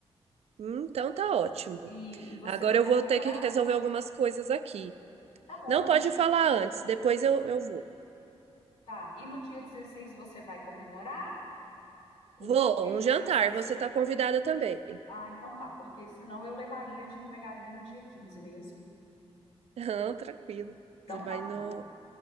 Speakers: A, on the right; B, on the left.
A: Hum, Então tá ótimo.
B: E, e você
A: Agora
B: vai
A: eu
B: comemorar
A: vou ter que resolver algumas coisas aqui.
B: Tá bom,
A: Não
B: querido.
A: pode falar antes, depois eu, eu vou.
B: Tá. E no dia 16 você vai comemorar? Ou
A: Vou,
B: porque
A: um jantar,
B: eu não sei
A: você
B: se.
A: tá convidada também. <laughs>
B: Ah, então tá, porque senão eu levaria, te entregaria no dia 15 mesmo.
A: Ah, tranquilo.
B: Então
A: Você vai
B: tá
A: no.
B: bom,